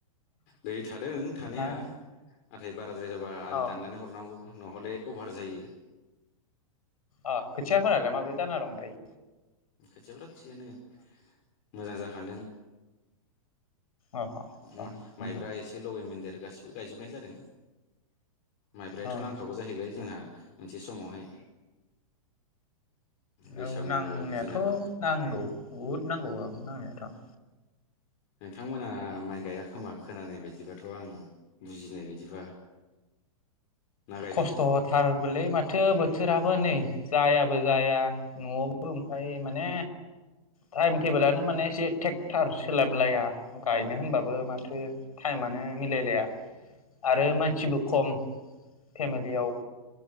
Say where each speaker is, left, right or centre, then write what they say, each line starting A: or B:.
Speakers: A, on the left; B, on the left.
A: दै थादों थानाया
B: ना
A: नाथाय बारा द्राय जाबा आलि
B: अ
A: दाननानै हरनांगौ। नहले अभार जायो।
B: अ खोथिया फोनायालाय माब्रै जाना दंथाय
A: <unintelligible> थिगानो मोजां जाखांदों
B: अ अ
A: मा-माइब्रा एसे लगैमोनदेर गासिबो गायजोबनाय जादों। माइब्रायाथ'
B: अ
A: नांखागौ जाहैबाय जोंहा मोनसे समावहाय बैसागुआव
B: औ नांनायाथ'
A: जोंनाबो
B: नांगौ बहुद नांगौ उम नांनायाथ'
A: थांमोना माइ गाइया खोमा खोनानाय बायदिबाथ' आं बुजिनाय बायदिबा ना गायदों
B: खस्थ'थारबोलै माथो बोथोराबो नै जायाबो जाया न'आवबो ओमफ्राय माने टाइम टेबोलानो माने एसे ट्रेक्टार सोलाबलाया गायनो होनबाबो माथो टाइमानो मिलायलाया आरो मानसिबो खम। फेमिलियाव